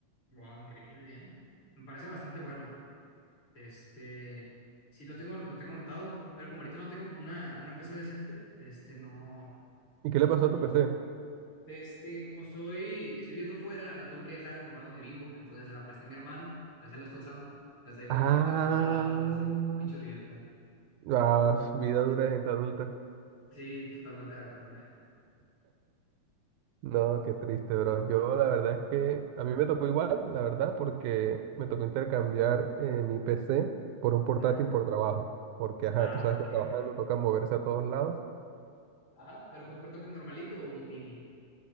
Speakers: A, on the left; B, on the right.
A: Wow, increíble, ¿eh? Me parece bastante bueno. Este, sí lo tengo, lo tengo anotado, pero como ahorita no tengo una, una PC decente, este, no,
B: ¿Y qué
A: no,
B: le pasó a tu PC?
A: este, como estoy, estoy viviendo fuera, la tuve que dejar en el lugar donde vivo, entonces se la presté a mi hermano, entonces la estoy usando, entonces ahí me
B: Ah,
A: toca estar con una laptop así, pichurrienta.
B: ah, vida dura de gente adulta.
A: Sí, totalmente de acuerdo, ¿eh?
B: No, qué triste, bro. Yo la verdad es que a mí me tocó igual, la verdad, porque me tocó intercambiar eh, mi PC por un portátil
A: Ajá.
B: por trabajo, porque, ajá,
A: Ah,
B: tú sabes
A: ok,
B: que trabajando
A: ok.
B: toca moverse a todos lados.
A: Ajá, pero fue un portátil normalito o un gaming.